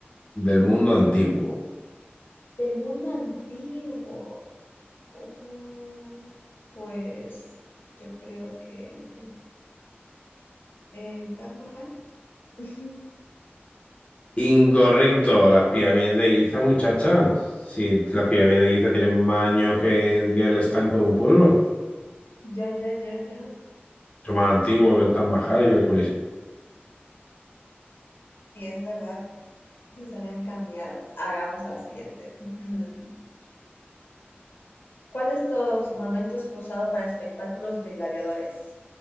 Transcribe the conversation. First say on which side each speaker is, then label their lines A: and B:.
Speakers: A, on the left; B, on the left.
A: Del mundo antiguo.
B: Del mundo antiguo. Oh, pues yo creo que el, el Taj Mahal. <laughs>
A: Incorrecto. Las pirámides de Giza, muchacha. Si las pirámides de Giza tienen más años que, que el estanco de un pueblo.
B: Ya, ya, ya, ya.
A: Son más antiguos que el Taj Mahal y que el Coliseo.
B: Sí, es verdad que los habían cambiado. A ver, vamos a la siguiente. <clears throat> <laughs> ¿Cuál de estos momentos fue usado para espectáculos de gladiadores?